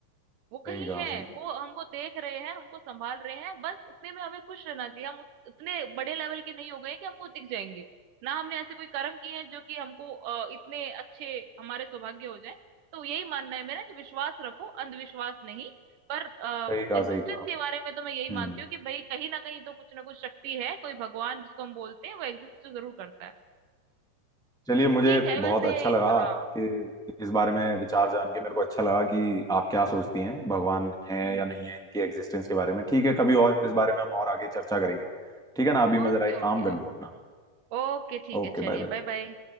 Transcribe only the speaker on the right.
वो
कहीं
है
वो हमको देख रहे हैं हमको संभाल रहे हैं बस उतने में हमें खुश रहना चाहिए हम उत- उतने बड़े लेवल के नहीं हो गए कि हमको दिख जाएंगे ना हमने ऐसे कोई कर्म किए हैं जो कि हमको अ, इतने अच्छे हमारे सौभाग्य हो जाए तो यही मानना है मेरा कि विश्वास रखो अंधविश्वास नहीं पर
एग्जिस्टेंस
के बारे में तो मैं यही
मानती हूँ कि भाई कहीं ना कहीं तो कुछ ना कुछ शक्ति है कोई भगवान जिसको हम बोलते हैं वो एग्जिस्ट तो जरूर करता है
ठीक है वैसे
हाँ
हम्म
Okay
okay
ओके ठीक
है चलिए
बाय बाय